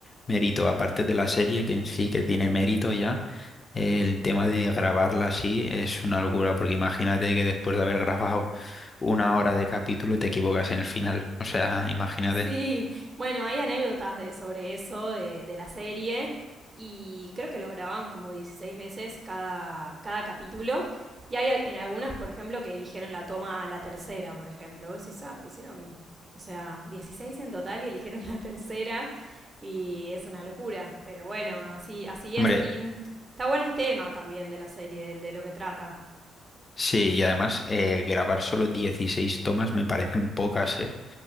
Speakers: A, on the left (about 30°); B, on the right (about 30°).
A: mérito, aparte de la serie que en sí que tiene mérito ya. El tema de grabarla así es una locura, porque imagínate que después de haber grabado una hora de capítulo y te equivocas en el final. O sea, imagínate.
B: Sí, bueno, hay anécdotas de, sobre eso, de, de la serie, y creo que lo graban como 16 veces cada, cada capítulo. Y hay al- en algunas, por ejemplo, que eligieron la toma a la tercera, por ejemplo. Vos decís, ah, pero hicieron, o sea, 16 en total y eligieron la tercera. Y es una locura. Pero bueno, así, así es.
A: Hombre,
B: Y mm, está bueno el tema también de la serie, del- de, lo que trata.
A: sí, y además eh, grabar solo 16 tomas me parecen pocas, ¿eh?